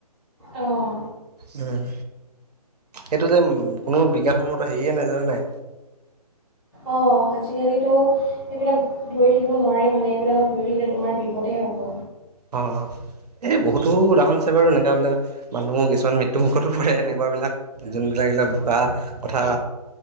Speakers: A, in the centre; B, on the right (about 75°).
A: অঁ
B: উম। সেইটো যে কোনো বিজ্ঞানসন্মত, হেৰিয়ে নাই জানে নাই।
A: অঁ আজিকালিতো এইবিলাক ধৰি ধৰি থাকিব নোৱাৰি মানে এইবিলাকত ধৰি থাকিলে তোমাৰ বিপদহে হ'ব।
B: অ, অঁ। এই বহুতো উদাহৰণ আছে বাৰু এনেকুৱা বিলাক মানুহো কিছুমান মৃত্যু মুুখতো পৰে এনেকুৱা বিলাক। যোনবিলাক এইবিলাক ভুৱা কথা